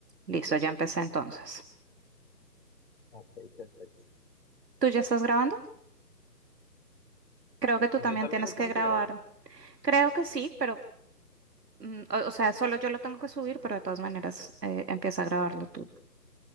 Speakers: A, on the right (about 70°); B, on the left (about 35°).
A: Listo, ya empecé entonces.
B: Ok, perfecto.
A: ¿Tú ya estás grabando? Creo que tú
B: Yo
A: también
B: también
A: tienes
B: lo
A: que
B: tengo
A: grabar.
B: que grabar.
A: Creo que sí, pero, mm, o, o sea, solo yo lo tengo que subir, pero de todas maneras eh, empieza a grabarlo tú.